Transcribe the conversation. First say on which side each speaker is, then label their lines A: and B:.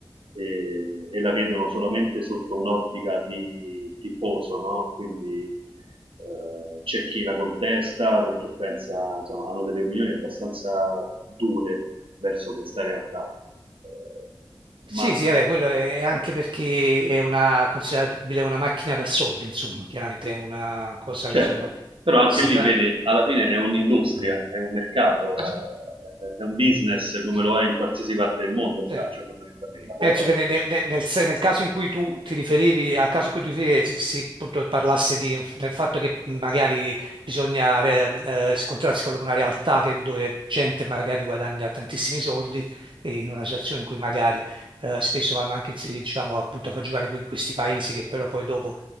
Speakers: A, on the right (about 85°); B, on the right (about 65°).
A: e, e la vedono solamente sotto un'ottica di tifoso, no? Quindi eh, c'è chi la contesta perché pensa, insomma, hanno delle opinioni abbastanza dure verso questa realtà. Eh,
B: Sì,
A: ma
B: sì, vabbè, quello è è anche perché è una, considerabile una macchina per soldi, insomma, chiaramente è una cosa
A: Certo,
B: che insomma
A: però anche
B: si
A: lì
B: va-
A: vedi, alla fine è un'industria, è un mercato, eh, è un business come lo è in qualsiasi parte del mondo il
B: Sì.
A: calcio fondamentalmente, ma guarda,
B: Penso che nel, nel- nel- nel se- nel caso in cui tu ti riferivi, al caso in cui tu ti riferivi, si, si, appunto, parlasse di- del fatto che magari bisogna eh, eh, scontrarsi con una realtà che- dove gente magari guadagna tantissimi soldi e in una situazione in cui magari eh, spesso vanno anche sì, diciamo, appunto, a far giocare que- questi paesi che però poi dopo